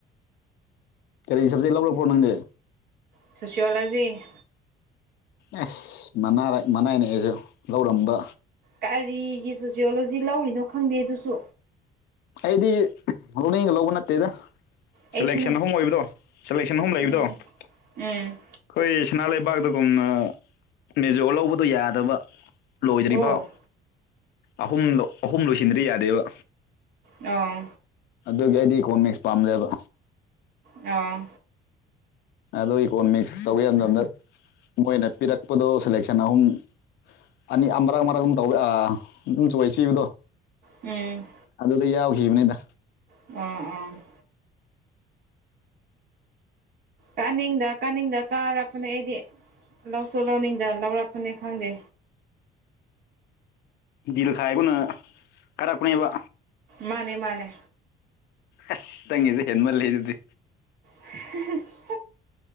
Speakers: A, on the left; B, on the right.
A: ꯀꯔꯤ ꯁꯞꯖꯦꯛ ꯂꯧꯔꯛ ꯄꯣ ꯅꯪꯗꯤ?
B: ꯁꯣꯁꯤꯌꯣꯂꯣꯖꯤ꯫
A: ꯑꯁ ꯃꯅꯥ ꯃꯅꯥꯏ ꯅ ꯑꯩꯁꯨ ꯂꯧꯔꯝꯕ
B: ꯀꯔꯤꯒꯤ ꯁꯣꯁꯤꯌꯣꯂꯣꯖꯤ ꯂꯧꯔꯤꯅꯣ ꯈꯪꯗꯦ ꯑꯗꯨꯁꯨ꯫
A: ꯑꯩꯗꯤ ꯂꯧꯅꯤꯡꯒ ꯂꯧꯕ ꯅꯠꯇꯦꯗ꯫
B: ꯑꯩꯁꯨꯅꯦ
A: ꯁꯦꯂꯦꯛꯁꯟ ꯑꯍꯨꯝ ꯑꯣꯏꯕꯗꯣ ꯁꯦꯂꯦꯛꯁꯟ ꯑꯍꯨꯝ ꯂꯩꯕꯗꯣ
B: ꯎꯝ
A: ꯑꯩꯈꯣꯏ
B: ꯎꯝ
A: ꯁꯅꯥ ꯂꯩꯕꯥꯛꯇꯒꯨꯝꯅ ꯃꯦꯖꯣ ꯂꯧꯕꯗꯣ ꯌꯥꯗꯕ ꯂꯣꯏꯗ꯭ꯔꯤꯕꯥꯎ
B: ꯑꯣ
A: ꯑꯍꯨꯝ ꯑꯍꯨꯝ ꯂꯣꯏꯁꯤꯟꯗꯗ꯭ꯔꯤ ꯌꯥꯗꯦꯕ꯫
B: ꯑꯥ꯫
A: ꯑꯗꯨꯒꯤ ꯑꯩꯗꯤ ꯏꯀꯣꯅꯣꯃꯤꯛꯁ ꯄꯥꯝꯂꯦꯕ꯫
B: ꯑꯥ꯫
A: ꯑꯗꯣ ꯏꯀꯣꯅꯣꯃꯤꯛꯁ ꯇꯧꯒꯦ ꯃꯇꯝꯗ ꯃꯣꯏꯅ ꯄꯤꯔꯛꯄꯗꯣ ꯁꯦꯂꯦꯛꯁꯟ ꯑꯍꯨꯝ ꯑꯅꯤ ꯑꯃ ꯃꯔꯛ ꯃꯔꯛ ꯑꯃꯝ ꯇꯧꯕꯤꯥ ꯑꯗꯨꯝ ꯆꯣꯏꯁ ꯄꯤꯕꯗꯣ
B: ꯎꯝ
A: ꯑꯗꯨꯗ ꯌꯥꯎꯈꯤꯕꯅꯤꯗ꯫
B: ꯎꯝ ꯎꯝ ꯀꯥꯅꯤꯡꯗ ꯀꯥꯅꯤꯡꯗ ꯀꯥꯔꯛꯄꯅꯦ ꯑꯩꯗꯤ ꯂꯧꯁꯨ ꯂꯧꯅꯤꯡꯗ ꯂꯧꯔꯛꯄꯅꯤ ꯈꯪꯗꯦ꯫
A: ꯗꯤꯜꯈꯥꯏꯈꯅ ꯀꯥꯔꯛꯄꯅꯦꯕ
B: ꯃꯥꯅꯦ ꯃꯥꯅꯦ꯫
A: ꯑꯁ ꯅꯪꯒꯤꯁꯦ ꯍꯦꯟꯃꯜꯂꯦ ꯑꯗꯨꯗꯤ꯫
B: <unintelligible>